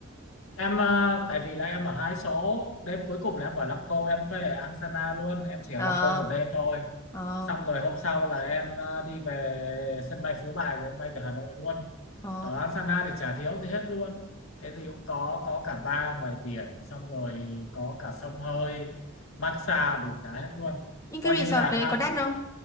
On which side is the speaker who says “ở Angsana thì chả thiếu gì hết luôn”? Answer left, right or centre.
Left